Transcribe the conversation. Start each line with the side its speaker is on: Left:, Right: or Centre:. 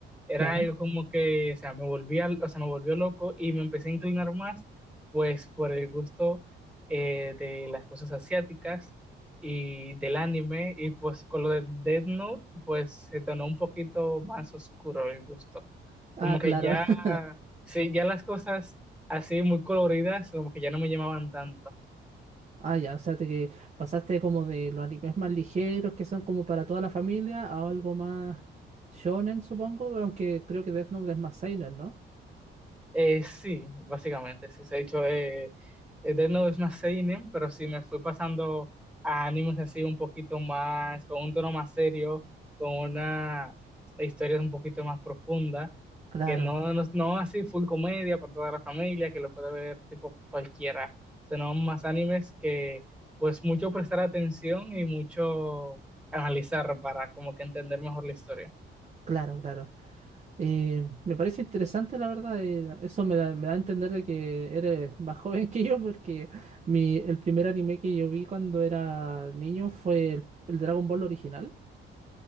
Centre: Era
Right: claro.
Centre: algo como que, o sea, me volvía, o sea, me volvió loco y me empecé a inclinar más, pues, por el gusto eh, de las cosas asiáticas y del anime, y pues con lo de Death Note, pues se tornó un poquito más oscuro el gusto.
Right: Ah,
Centre: Como que
Right: claro.
Centre: ya,
Right: <laughs>
Centre: sí, ya las cosas así muy coloridas, como que ya no me llamaban tanto.
Right: Ah, ya, o sea, te que pasaste como de los animes más ligeros que son como para toda la familia a algo más shonen, supongo, aunque creo que Death Note es más seinen, ¿no?
Centre: Eh, sí, básicamente, sí. De hecho, eh, eh, Death Note es más seinen, pero sí me fui pasando a animes así un poquito más, con un tono más serio, con una historia un poquito más profunda,
Right: Claro,
Centre: que no, no, no así full comedia para toda la familia, que lo puede ver tipo cualquiera, sino más animes que pues mucho prestar atención y mucho analizar para como que entender mejor la historia.
Right: claro, claro. Eh, me parece interesante, la verdad. eh, eso me da, me da a entender de que eres más <laughs> joven que yo, porque mi, el primer anime que yo vi cuando era niño fue el, el Dragon Ball original,